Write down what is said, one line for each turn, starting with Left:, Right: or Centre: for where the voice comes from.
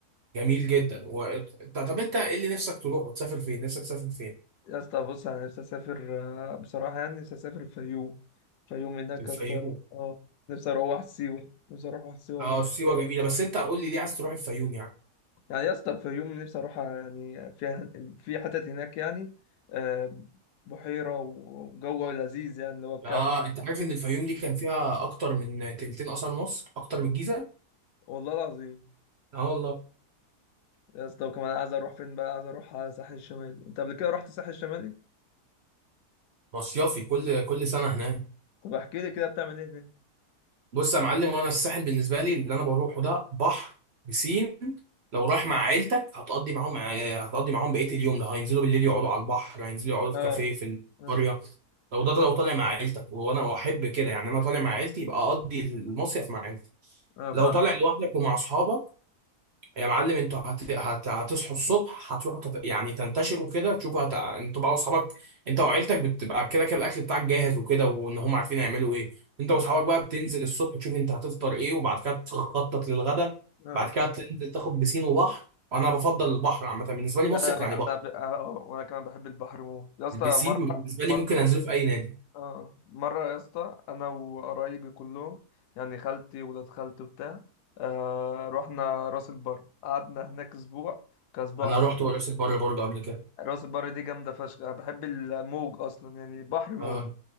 Right: جميل جدا و... طب انت ايه اللي نفسك تروح وتسافر فين نفسك تسافر فين
Left: يا اسطى بص انا نفسي اسافر آه، بصراحة يعني نفسي اسافر الفيوم الفيوم هناك
Right: الفيوم
Left: يا اسطى اه نفسي اروح واحد سيوة نفسي اروح واحد سيوة
Right: اه
Left: مو
Right: سيوه جميله بس انت قول لي ليه عايز تروح الفيوم يعني
Left: يعني يا اسطى الفيوم نفسي اروح يعني فيها في حتت هناك يعني آه بحيرة وجو لذيذ يعني اللي هو الكامب
Right: اه انت عارف ان الفيوم دي كان فيها اكتر من تلتين اثار مصر اكتر من الجيزه
Left: والله العظيم
Right: اه والله
Left: يا اسطى وكمان عايز اروح فين بقى عايز اروح على الساحل الشمالي انت قبل كده رحت الساحل الشمالي
Right: مصيافي كل كل سنه هناك
Left: طب احكي لي كده بتعمل ايه هناك
Right: بص يا معلم وانا الساحل بالنسبه لي اللي انا بروحه ده بحر بسين لو رايح مع عيلتك هتقضي معاهم هتقضي معاهم بقيه اليوم ده هينزلوا بالليل يقعدوا على البحر هينزلوا يقعدوا في
Left: اه
Right: كافيه في
Left: اه
Right: القريه لو ده, ده لو طالع مع عيلتك وانا احب كده يعني انا طالع مع عيلتي يبقى اقضي المصيف مع عيلتي
Left: اه فاهم
Right: لو طالع لوحدك ومع اصحابك يا معلم انتوا هت... هت... هتصحوا الصبح هتروحوا تت... يعني تنتشروا كده تشوفوا هت... انتوا بقى واصحابك انت وعيلتك بتبقى كده كده الاكل بتاعك جاهز وكده وان هم عارفين يعملوا ايه انت واصحابك
Left: اه
Right: بقى بتنزل الصبح تشوف انت هتفطر ايه وبعد كده تخطط للغدا
Left: آه.
Right: بعد كده تنزل تاخد بسين وبحر وانا بفضل البحر عامه بالنسبه لي مصيف
Left: انا انا
Right: يعني بحر
Left: أنا- أه، وانا كمان بحب البحر موت يا اسطى
Right: البسين
Left: مره
Right: بالنسبه لي
Left: مره
Right: ممكن انزله في اي نادي
Left: اه مره يا اسطى انا وقرايبي كلهم يعني خالتي ولاد خالتي وبتاع آه رحنا راس البر قعدنا هناك اسبوع كاسبوع
Right: انا
Left: م-
Right: رحت مراسي البر برضه قبل كده
Left: راس البر دي جامده فشخ انا بحب الموج اصلا يعني بحر موج
Right: آه،